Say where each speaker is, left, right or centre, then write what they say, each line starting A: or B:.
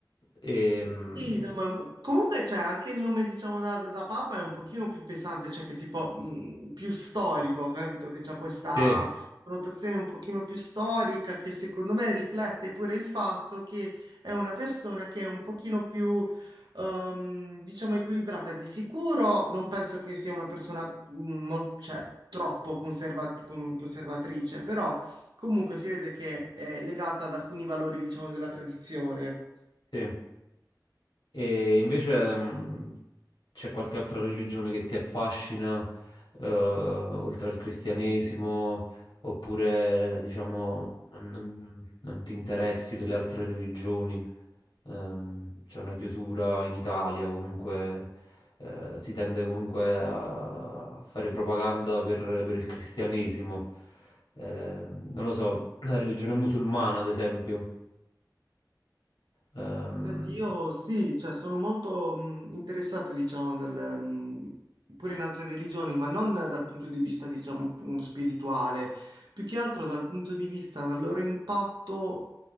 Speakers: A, on the left (about 85°); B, on the right (about 70°).
A: Ehm,
B: Sì, no, ma è un po'- comunque c'è anche il nome, diciamo, da, da- da Papa è un pochino più pesante, cioè che tipo mh, più storico, capito? Che c'è questa
A: sì,
B: connotazione un pochino più storica che secondo me riflette pure il fatto che è una persona che è un pochino più, ehm, diciamo, equilibrata. Di sicuro non penso che sia una persona, mh, mol- cioè, troppo conservat- con- conservatrice, però comunque si vede che è legata ad alcuni valori, diciamo, della tradizione.
A: sì. E invece mh, c'è qualche altra religione che ti affascina, eh, oltre al cristianesimo, oppure diciamo non, non- non ti interessi delle altre religioni? Ehm, c'è una chiusura in Italia, comunque eh, si tende comunque a fare propaganda per, per il cristianesimo. Ehm, non lo so, la religione musulmana, ad esempio. Ehm,
B: Senti, io sì, cioè sono molto mh, interessato, diciamo, dal, mh, pure in altre religioni, ma non dal punto di vista, diciamo, mh, spirituale, più che altro dal punto di vista del loro impatto